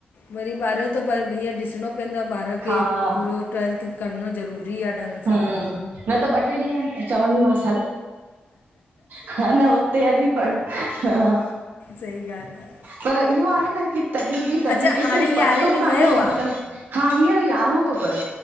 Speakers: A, on the left (about 70°); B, on the right (about 70°).
A: वरी ॿारियो त भैया ॾिसणो पइंदो आ, ॿार ॿार खे
B: हा
A: पूरो ट्वेल्थ करणो ज़रूरी आ, ढंग
B: हम्म
A: सां।
B: न, त ॿ ट्रे ॾींहं चवंदीमासि, हल। हा, न उते हली पढ़, हा।
A: सही ॻाल्हि आहे
B: पर इहो आहे न की, तॾीं बि तॾीं
A: अच्छा हाणे
B: ॾिसो,
A: यारहें
B: पतो
A: में
B: कान्हे
A: वियो आहे
B: अॼुकल्ह। हा, हींअर यारहों थो करे।